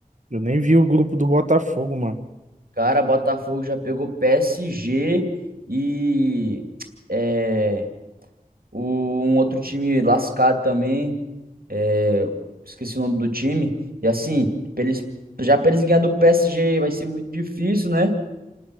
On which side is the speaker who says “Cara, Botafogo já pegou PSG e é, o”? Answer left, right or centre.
Right